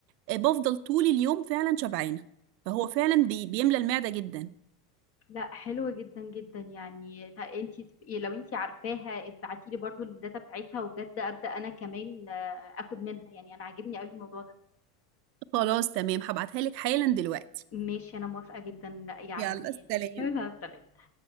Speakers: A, on the right (about 80°); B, on the left (about 30°).
A: آه، بفضل طول اليوم فعلا شبعانه فهو فعلا بي- بيملى المعده جدا
B: لا حلو جدا جدا يعني انت تبقي لو انت عارفاها ابعتي لي برضو الداتا بتاعتها وبجد ابدا انا كمان آه، اخد منها يعني انا عاجبني قوي الموضوع ده
A: خلاص تمام هبعتها لك حالا دلوقتي
B: ماشي انا موافقة جدا لا يعني
A: يلا سلام
B: <laughs> مع السلامة.